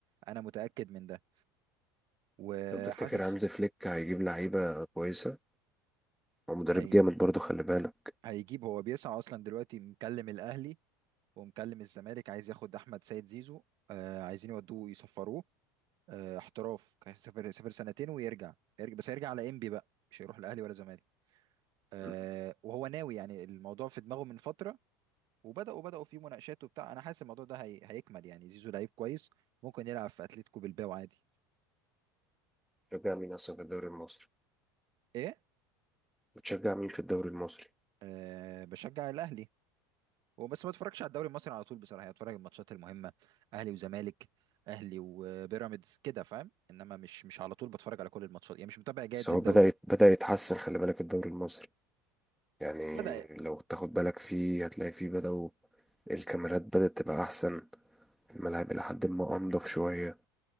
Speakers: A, on the right (about 45°); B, in the centre.
A: انا متاكد من ده وحاسس
B: طب تفتكر هانز فليك هيجيب لعيبة كويسة هو مدرب
A: هي
B: جامد برضه خلي بالك
A: هيجيب هو بيسعى اصلا دلوقتي مكلم الاهلي ومكلم الزمالك عايز ياخد احمد سيد زيزو آه عايزين يودوه يصفروه آه، احتراف كان سافر سافر سنتين ويرجع يرجع بس هيرجع على انبي بقى مش هيروح الاهلي ولا زمالك آه،
B: مم.
A: وهو ناوي يعني الموضوع في دماغه من فتره وبداوا بداوا في مناقشات وبتاع انا حاسس الموضوع ده هي... هيكمل يعني زيزو لعيب كويس ممكن يلعب في اتلتيكو بالباو عادي
B: شجع مين أصلا في الدوري المصري
A: ايه
B: بتشجع مين في الدوري المصري
A: أه بشجع الاهلي وبس ما اتفرجش على الدوري المصري على طول بصراحه يعني اتفرج على الماتشات المهمه اهلي وزمالك اهلي وبيراميدز كده فاهم انما مش مش على طول بتفرج على كل الماتشات يعني مش متابع جيد
B: بس هو
A: للدوري
B: بدأ يت- بدأ يتحسن خلي بالك الدوري المصري يعني
A: لا بدا
B: لو تاخد بالك فيه هتلاقي فيه بدأوا الكاميرات بدأت تبقى أحسن الملاعب إلى حد ما أنضف شوية